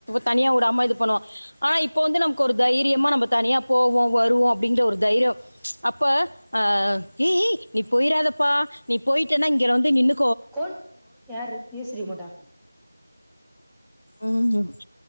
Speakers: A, on the left (about 80°); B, in the centre.
A: தனியா விடாம இது பண்ணுவோ ஆனா இப்ப வந்து நமக்கு ஒரு தைரியமா நம்ப தனியா போவோ வருவோ அப்டிங்ற ஒரு தைரியோ அப்ப அ ஏய் ஏய் நீ போயிராதப்பா நீ போயிட்டேனா இங்க வந்து நின்னு
B: கோன் யாரு ஈஸ்வரி மேடம்
A: ஆமா